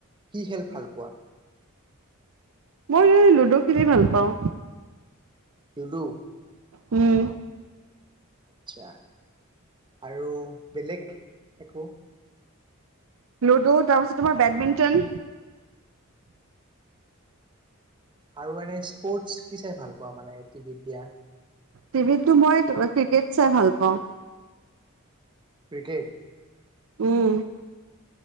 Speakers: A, on the right (about 20°); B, on the right (about 65°).
A: কি খেল ভাল পোৱা?
B: মই এই লুডু খেলি ভাল পাওঁ।
A: লুডু।
B: উম।
A: আচ্ছা আৰু বেলেগ একো
B: লুডু তাৰপিছত তোমাৰ বেডমিণ্টন।
A: আৰু এনে স্পৰ্টচ কি চাই ভাল পোৱা মানে টিভিত দিয়া?
B: টিভিতটো মই ক্ৰিকেট চাই ভাল পাওঁ।
A: ক্ৰিকেট।
B: উম।